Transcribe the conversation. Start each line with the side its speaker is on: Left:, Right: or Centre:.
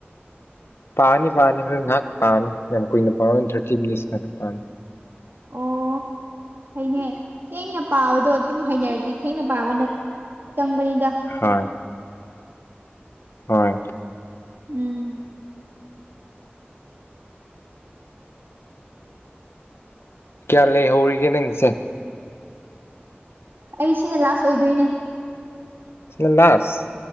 Left: ꯄꯥꯅꯤ ꯄꯥꯅꯤ ꯍꯣꯔ ꯉꯥꯏꯍꯥꯛ ꯄꯥꯅꯤ ꯌꯥꯝ ꯀꯨꯏꯅ ꯄꯥꯅꯤ ꯋꯟ ꯊꯥꯔꯇꯤ ꯃꯤꯅꯤꯠꯁ ꯉꯥꯛꯇ ꯄꯥꯅꯤ
Right: ꯑꯣ ꯐꯩꯅꯦ ꯊꯦꯡꯅ ꯄꯥꯕꯗꯣ ꯑꯗꯨꯝ ꯍꯩꯅꯔꯗꯤ ꯊꯦꯡꯅ ꯄꯥꯕꯅ ꯆꯪꯕꯅꯤꯗ
Left: ꯍꯣꯏ ꯍꯣꯏ
Right: ꯎꯝ
Left: ꯀꯌꯥ ꯂꯩꯍꯧꯔꯤꯒꯦ ꯅꯪꯁꯦ
Right: ꯑꯩ ꯁꯤꯅ ꯂꯥꯁ ꯑꯣꯏꯗꯣꯏꯅꯦ
Left: ꯁꯤꯅ ꯂꯁ